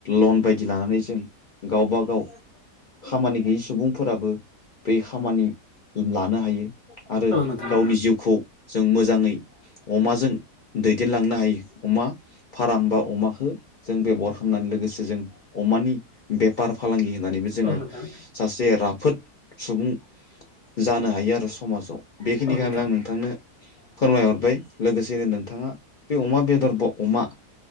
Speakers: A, on the left; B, on the left.
A: लन बायदि लानानै जों गावबा गाव खामानि गैयै सुबुंफोराबो, बे खामानि लानो हायो आरो
B: औ नोंथां
A: गावनि जिउखौ जों मोजाङै अमाजों दैदेनलांनो हायो। अमा फार्म बा अमाखौ जों बेब'हार खालामनानै लोगोसे जों अमानि बेफार फालांगि होननानैबो जोङो
B: औ नोंथां
A: सासे राफोद सुबुं जानो हायो आरो समाजाव। बेखिनिखौनो
B: औ नोंथां
A: आं नोंथांनो फोरमायहरबाय, लोगोसेनो नोंथाङा बे अमा बेदर ब अमा